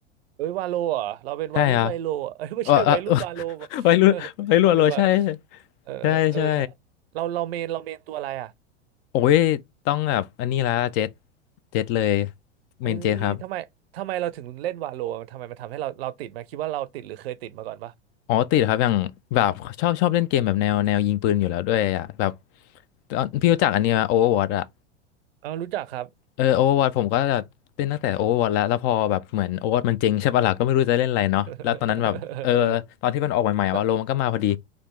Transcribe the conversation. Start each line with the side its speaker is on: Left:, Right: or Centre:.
Right: เอ้ยวาโลเหรอเราเป็นวารุ่นไวยโลเหรอเอ้ยไม่ใช่วัยรุ่นวาโล
Left: ใช่ครับเออเออ <laughs> ไว้รู้ไว้รู้โลใช่
Right: <laughs> เล่นวาล่นวาเออเออถ้า
Left: ใช่ใช่
Right: เราเราเมนเราเมนตัวอะไรอ่ะ
Left: โอ้ยต้องแบบอันนี้ละเจ็ดเจ็ดเลย
Right: เอ้ยทำไมทำไมเราถึงเล่นวาโลทำไมมันทำให้เราเราติดไหมาคิดว่าเราติดหรือเคยติดมาก่อนปะ
Left: เมนเจ็ดครับอ๋อติดครับอย่างแบบชอบชอบเล่นเกมแบบแนวแนวยิงปืนอยู่แล้วด้วยอ่ะแบบตอนพี่รู้จักอันนี้ไหมโอเวอร์วอตอ่ะ
Right: เอารู้จักครับ
Left: เออโอเวอร์วอผมก็จะเล่นตั้งแต่โอเวอร์วอแล้วแล้วพอแบบเหมือนโอเวอร์วอมันเจริงใช่ปะล่ะก็ไม่รู้จะเล่นอะไรเนาะแล้วตอนนั้นแบบเออตอนที่มันออกใหม่ๆว่าโลมันก็มาพอดี
Right: <laughs> เออมัน